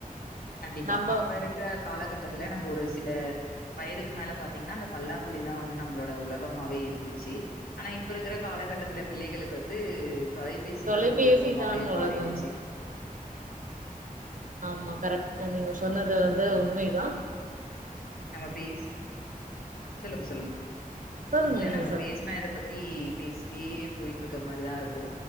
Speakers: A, on the left; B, on the right.
A: கண்டிப்பா
B: நம்ப
A: அப்ப இருக்க காலகட்டத்துல நம்ப ஒரு சில வயதுக்கு மேல பாத்திங்னா அந்த பல்லாங்குழிதா வந்து நம்மளோட உலகமாவே இருந்துச்சு ஆனா இப்ப இருக்கிற காலகட்டத்துல பிள்ளைகளுக்கு வந்து தொலைபேசிதா
B: தொலைபேசி
A: ஒரு உலகமாவே
B: தான் உலகம்
A: மாறிடுச்சி
B: ஆமா கரெக்ட் நீங்க சொன்னது வந்து உண்மைதா
A: நம்ம பேசி சொல்லுங்க சொல்லுங்க
B: சொல்லுங்க
A: இல்ல
B: நீங்க
A: நம்ப
B: சொல்லுங்க
A: பேசுனா இத பத்தி பேசிட்டே போயிட்டு இருக்க மாரிதா இருக்கு